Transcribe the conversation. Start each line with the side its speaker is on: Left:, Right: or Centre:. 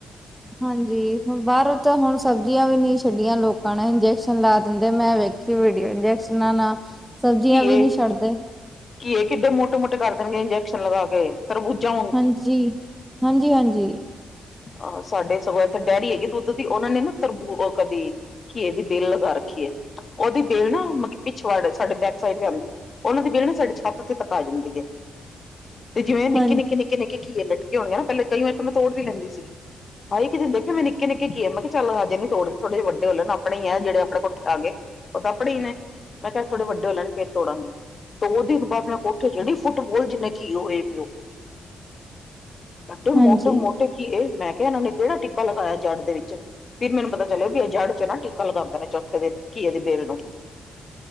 Centre: ਹਾਂਜੀ, ਹੁਣ ਬਾਹਰੋਂ ਤਾਂ ਹੁਣ ਸਬਜ਼ੀਆਂ ਵੀ ਨਹੀਂ ਛੱਡੀਆਂ ਲੋਕਾਂ ਨੇ ਇੰਜੈਕਸ਼ਨ ਲਾ ਦਿੰਦੇ ਮੈਂ ਵੇਖ <unintelligible> ਇੰਜੈਕਸ਼ਨਾਂ ਨਾ ਸਬਜ਼ੀਆਂ
Left: ਘੀਏ
Centre: ਵੀ ਨਹੀਂ ਛੱਡਦੇ
Left: ਘੀਏ ਕਿੱਡੇ ਮੋਟੇ-ਮੋਟੇ ਕਰ ਦੇਣਗੇ ਇੰਜੈਕਸ਼ਨ ਲਗਾ ਕੇ ਤਰਬੂਜਾ
Centre: ਹਾਂਜੀ-ਹਾਂਜੀ-ਹਾਂਜੀ
Left: ਆਹ ਸਾਡੇ ਸਗੋਂ ਇਥੇ ਡੈਡੀ ਹੈਗੀ ਦੁੱਧ ਦੀ ਉਹਨਾਂ ਨੇ ਨਾ ਫੇਰ ਓ ਕਦੇ ਘੀਏ ਦੀ ਬੇਲ ਲਗਾ ਰੱਖੀਏ ਉਹਦੀ ਬੇਲ ਨਾ ਮਤਲਬ ਪਿਛਵਾੜ ਸਾਡੇ ਬੈਕ ਸਾਈਡ ਵੀ ਆਂਦੀ ਉਹਨਾਂ ਦੀ ਬੇਲ ਨਾ ਸਾਡੀ ਛੱਤ ਤੇ ਤੱਕ ਆ ਜਾਂਦੀ ਐ ਤੇ ਜਿਵੇਂ ਨਿੱੱਕੇ-ਨਿੱੱਕੇ-ਨਿੱੱਕੇ-ਨਿੱੱਕੇ
Centre: ਹਾਂਜੀ
Left: ਘੀਏ ਲਟਕੇ ਹੋਣਗੇ ਨਾ ਪਹਿਲੇ ਕਈ ਵਾਰ ਤਾਂ ਮੈਂ ਤੋੜ ਵੀ ਲੈਂਦੀ ਸੀਗੀ ਹਾਈ ਇੱਕ ਦਿਨ ਮੈਂ ਦੇਖ ਨਿੱਕੇ-ਨਿੱਕੇ ਘੀਏ ਮੈਂ ਕਿਹਾ ਚੱਲ ਹਜੇ ਨੀ ਤੋੜਦੇ ਅਜੇ ਵੱਡੇ ਹੋ ਲੈਣ ਆਪਣੇ ਈ ਐ ਜਿਹੜੇ ਆਪਣੇ ਕੋਲ ਆ ਗੇ ਉਹ ਤਾਂ ਆਪੜੇ ਨੇ ਮੈਂ ਕਿਹਾ ਥੋੜੇ ਵੱਡੇ ਹੋ ਲੈਣ ਫੇਰ ਤੋੜਾਂਗੀ ਦੋ ਦਿਨ ਬਾਅਦ ਮੈਂ ਕੋਠੇ ਚੜੀ ਫੁੱਟਬੋਲ ਜਿੰਨੇ ਘੀਏ ਹੋਏ ਪਏ ਉਹ
Centre: <inaudible>
Left: ਏਡੇ
Centre: ਹਾਂਜੀ
Left: ਮੋਟੇ ਮੋਟੇ ਘੀਏ ਮੈਂ ਕਿਹਾ ਇਹਨਾਂ ਨੇ ਕਿਹੜਾ ਟੀਕਾ ਲਗਾਇਆ ਜੜ ਦੇ ਵਿੱਚ ਫਿਰ ਮੈਨੂੰ ਪਤਾ ਚੱਲਿਆ ਵੀ ਆ ਜੜ ਚ ਨਾ ਟੀਕਾ ਲਗਾਂਦੇ ਨੇ ਚੌਥੇ ਦਿਨ ਘੀਏ ਦੇ ਬੇਲ ਨੂੰ